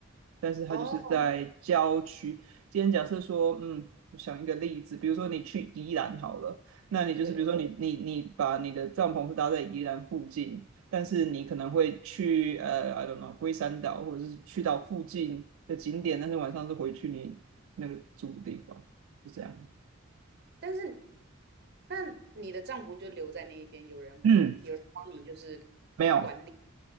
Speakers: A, on the right; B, on the right.
A: 但是它就是在郊区。
B: 哦，
A: 今天假设说，嗯，我想一个例子，比如说你去宜兰好了，那你就是比如说你你你把你的帐篷是搭在宜兰附近，
B: 对，
A: 但是你可能会去呃，I don't know，龟山岛或者是去到附近的景点，但是晚上是回去你那个住的地方，就这样。
B: 但是那你的帐篷就留在那一边，有人有人帮你就是
A: 嗯，没有，
B: 管理。